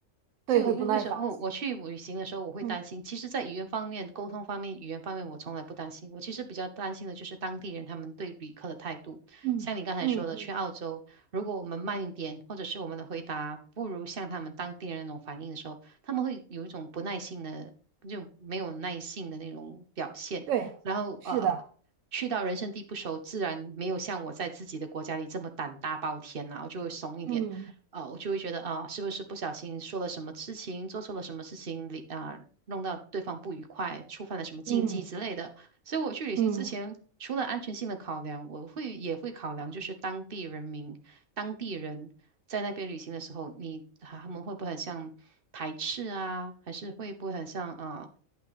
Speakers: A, on the right; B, on the right.
A: 对会不耐烦。
B: 就为为什么哦？我去旅行的时候，我会担心。
A: 嗯
B: 其实，在语言方面、沟通方面、语言方面，我从来不担心。我其实比较担心的就是当地人他们对旅客的态度。
A: 嗯嗯嗯，
B: 像你刚才说的，去澳洲，如果我们慢一点，或者是我们的回答不如像他们当地人那种反应的时候，他们会有一种不耐性的，就没有耐性的那种表现。
A: 对，
B: 然后呃，
A: 是的，
B: 去到人生地不熟，自然没有像我在自己的国家里这么胆大包天啦、我就会怂一点。
A: 嗯
B: 啊，我就会觉得啊、是不是不小心说了什么事情，做错了什么事情，里啊、弄到对方不愉快，触犯了什么禁忌之类的。
A: 嗯
B: 所以我去旅行之前，
A: 嗯
B: 除了安全性的考量，我会也会考量就是当地人民、当地人在那边旅行的时候，你他们会不会很像排斥啊，还是会不会很像啊、呃